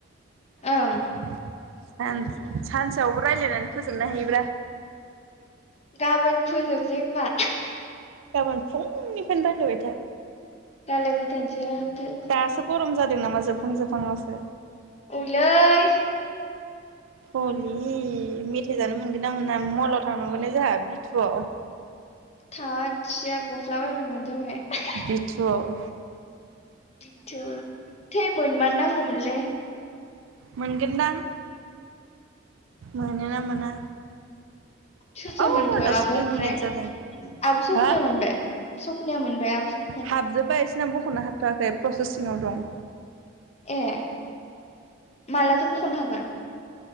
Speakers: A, on the left; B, on the right.
A: ओं
B: <unintelligible> सान
A: उम उम
B: सानसेयावबो रायज्लायनानै फोजोबनानै हायोब्रा
A: गाबोन फोजोबसै होमबा
B: गाबोन फुंनिफ्रायनो रायलायबाय था
A: रायलायबाय थानोसै रायलायबाय थानोसै
B: दासो गरम जादों नामा जोबहां जोबहाङावसो
A: औलै
B: हलि मेथाइ जानो मोनगोन ना मोना मलाव थांनांगौ ने जोंहा बिथुआव
A: थाथिया गस्ला बायनो मोनबानो जाबाय
B: बि थुआव
A: बि थु थै मोनमार नांगौमोनलै
B: मोनगोनदां मोनोना मोना
A: सोर सोर
B: औ
A: मोनखो
B: दासो
A: आब'
B: दुइ
A: ओमफ्राय
B: मिनिट जादों
A: आब' सफनाया
B: हा
A: मोनबाय सफनाया मोनबाय आब' स
B: हाबजोबाय इसिना बखनो हाबथ'वाखै प्रसेसिङाव दं
A: ए मालाथो बख'नो हागोन